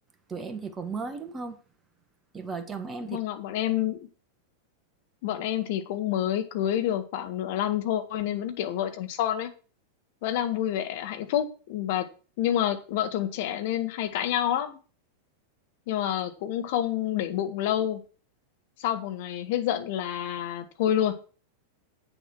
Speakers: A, on the right; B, on the left.
A: tụi em thì còn mới đúng không thì vợ chồng em
B: Vâng
A: thì
B: ạ, bọn em bọn em thì cũng mới cưới được khoảng nửa năm thôi nên vẫn kiểu vợ chồng son ấy, vẫn đang vui vẻ hạnh phúc và nhưng mà vợ chồng trẻ nên hay cãi nhau lắm, nhưng mà cũng không để bụng lâu sau một ngày hết giận là thôi luôn